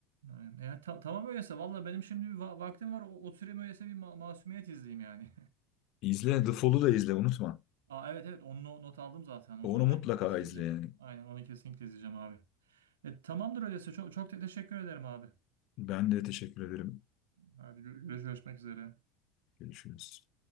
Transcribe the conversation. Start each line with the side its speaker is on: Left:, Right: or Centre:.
Right: aynen. Ya, ta- tamam öyleyse valla benim şimdi bir va- vaktim var. O, oturayım öyleyse bir ma- masumiyet izleyeyim yani.
Left: İzle, The Fall'u da izle, unutma.
Right: <laughs> Aa, evet evet onu no- not aldım zaten. Onu
Left: Onu mutlaka
Right: ben kesinlikle.
Left: izle yani.
Right: Aynen onu kesinlikle izleyeceğim abi. E, tamamdır öyleyse. Çok, çok te- teşekkür ederim abi.
Left: Ben de teşekkür ederim.
Right: Hadi gö- görüş- görüşmek üzere.
Left: Görüşürüz.